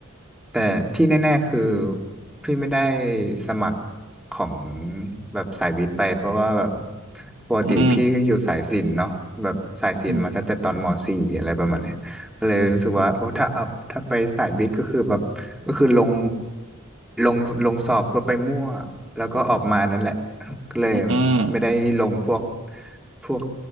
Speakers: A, in the centre; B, on the right.
A: แต่ที่แน่ๆคือพี่ไม่ได้สมัครของแบบสายวิทย์ไปเพราะว่าแบบปกติพี่ก็อยู่สายศิลป์เนาะแบบสายศิลป์มาตั้งแต่ตอนม
B: อืมอืม
A: .4 อะไรประมาณเนี้ยก็เลยรู้สึกว่าโอ้ถ้าเอาถ้าไปสายวิทย์ก็คือแบบก็คือลงลงลงสอบเพื่อไปมั่วแล้วก็ออกมานั่นแหละ ก็เลย
B: อืม
A: ไม่ได้ลงพวกพวก